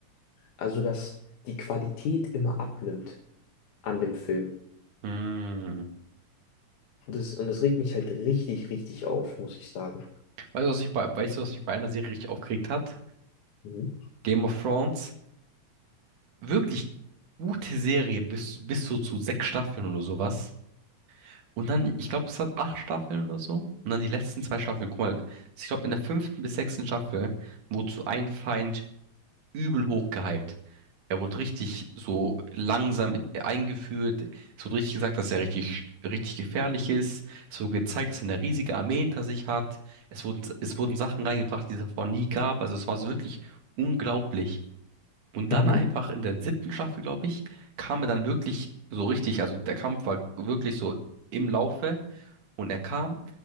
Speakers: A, on the left; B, on the right.
A: Also, dass die Qualität immer abnimmt an dem Film.
B: Hm.
A: Und das, und das regt mich halt richtig, richtig auf, muss ich sagen.
B: Weißt du, was mich bei, weißt du, was mich bei einer Serie richtig aufgeregt hat?
A: Mhm.
B: Game of Thrones. Wirklich gute Serie, bis, bis so zu sechs Staffeln oder sowas. Und dann, ich glaube, es hat acht Staffeln oder so. Und dann die letzten zwei Staffeln. Guck mal, ich glaube, in der fünften bis sechsten Staffel, wozu ein Feind übel hoch gehypt. Er wurde richtig so langsam in- eingeführt. Es wurde richtig gesagt, dass er richtig, richtig gefährlich ist. Es wurde gezeigt, dass er eine riesige Armee hinter sich hat. Es wurden, es wurden Sachen reingebracht, die es davor nie gab. Also es war so wirklich unglaublich. Und
A: Mhm.
B: dann einfach in der siebten Staffel, glaube ich, kam er dann wirklich so richtig. Also der Kampf war wirklich so im Laufe. Und er kam